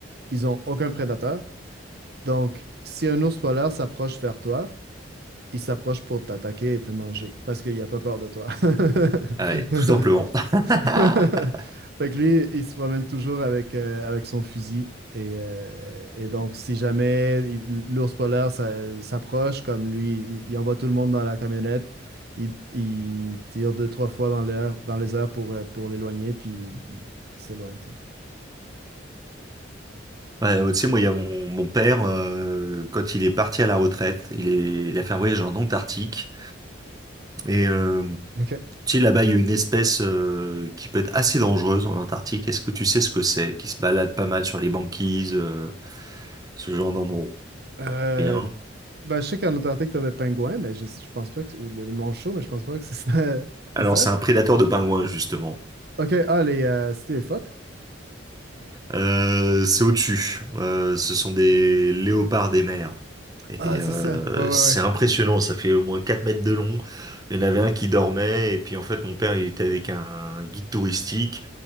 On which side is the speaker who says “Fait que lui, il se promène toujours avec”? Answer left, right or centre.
Right